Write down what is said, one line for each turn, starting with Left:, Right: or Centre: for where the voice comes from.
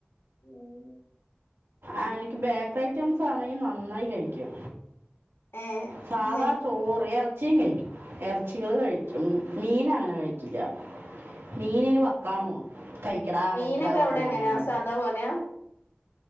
Left: ഉം
Right: അവനിക്ക് ബേക്കറി ഐറ്റംസ് ആണെങ്കിൽ നന്നായി കഴിക്കും.
Left: ഏഹ്
Right: സാധാ ചോറ് എ ർച്ചി കഴിക്കും എർച്ചികൾ കഴിക്കും മീൻ അങ്ങനെ കഴിക്കില്ല. മീനിന് വക്കാണോണ് കഴിക്കടാ
Left: മീനൊക്കെ
Right: കഴിക്കടാ പറഞ്ഞിട്ട്
Left: അവിടെ
Right: ഞാനും ഓനും.
Left: <unintelligible>